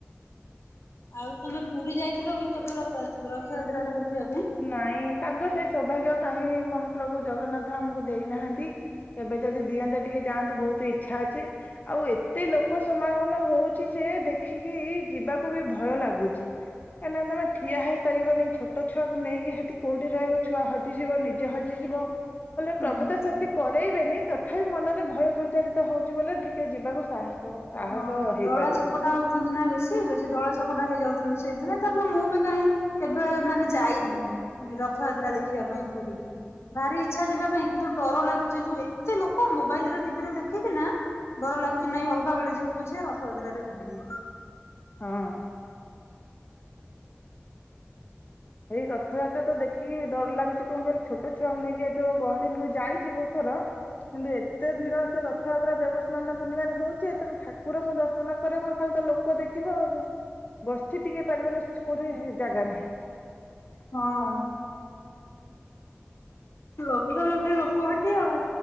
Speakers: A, on the left; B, on the left.
A: ଆଉ ତମେ ପୁରୀ ଯାଇଥିଲ ବି କେବେ ରଥଯାତ୍ରାରେ ଦେଖିବା ପାଇଁ।
B: ନାଇଁ ତାଙ୍କ ସେଇ ସୌଭାଗ୍ୟ କାହିଁ ମହାପ୍ରଭୁ ଜଗନ୍ନାଥ ଆମକୁ ଦେଇନାହାନ୍ତି କେବେ ଯଦି ଦିଅନ୍ତେ ଟିକେ ଯାଆନ୍ତୁ ବହୁତ ଇଚ୍ଛା ଅଛି। ଆଉ ଏତେ ଲୋକ ସମାଗମ ହଉଛି ଯେ ଦେଖିକି ଯିବାକୁ ବି ଭୟ ଲାଗୁଛି। କାଁ ନା ତମେଠିଆ ହେଇ ପାରିବନି ଛୋଟ ଛୁଆକୁ ନେଇକି ସେଠି କୋଉଠି ରହିବ ଛୁଆ ହଜିଯିବ ନିଜେ ହଜିଯିବ। କଲେ ପ୍ରଭୁ
A: ହୁଁ
B: ତ ସେମିତି କରରେଇବେନି ତ ତଥାପି ମନରେ ଭୟ ସଞ୍ଚାରିତ ହଉଛି ବଲେ ଟିକେ ଯିବାକୁ ସାହସ ସାହସ
A: ହଁ
B: ହେଇପାରୁନି
A: ଦଳା ଚକଟା ଆଉ ନା ବେଶୀ ବେଶୀ ଦଳା ଚକଟା ହେଇଯାଉଛନ୍ତି। ସେଇଥିପାଇଁ ତାପରେ ମୁଁ ବି କାହିଁ କେବେ ମାନେ ଯାଇନି ରଥଯାତ୍ରା ଦେଖିବା ପାଇଁ ପୁରୀ କିି। ଭାରି ଇଚ୍ଛା ଯିବା ପାଇଁ କିନ୍ତୁ। ଡର ଲାଗୁଛି ଯୋଉ ଏତେ ଲୋକ ମୋବାଇଲ ରେ ଟିଭି ରେ ଦେଖିକି ନା ଡର ଲାଗୁଛି ନାଇଁ ଅଲ। ସା ବବେଳେ ଯିବି ପଛେ ରଥଯାତ୍ରାରେ ଯିବିନି।
B: ହଁ ଏଇ ରଥଯାତ୍ରା ତ ଦେଖିକି ଡର ଲାଗୁଛି କଣ କହିଲୁ ଛୋଟ ଛୁଆଙ୍କୁ ନେଇକି ଏଠ ଗହଳି ମୁଁ ଯାଇଛି ବହୁତ ଥର କିନ୍ତ <inaudible> ଏତେ ଭିଡ ସେ ରଥଯାତ୍ରା ଦେବସ୍ନାନ ପୂର୍ଣ୍ଣିମାରେ ହେଉଛି ତେ ଠାକୁରଙ୍କୁ ଦର୍ଶନ କରେ କଣ ଖାଲି ତା ଲୋକ ଲୋକ ଦେଖିବ ଆଉ ବସି ଟିକେ ପାରିବନି କୋଉଠି ଜାଗା ନାହିଁ।
A: ହଁ! ଲକ୍ଷ ଲକ୍ଷ ଲୋକ ହେଠେ ଆଉ